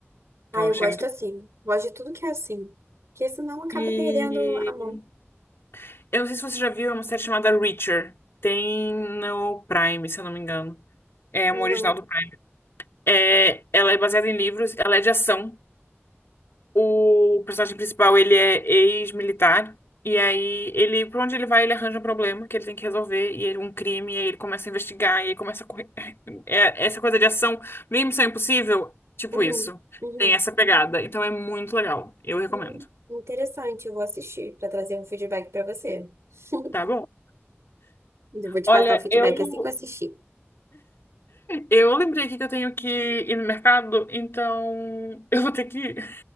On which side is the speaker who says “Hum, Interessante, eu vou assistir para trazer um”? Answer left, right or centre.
Right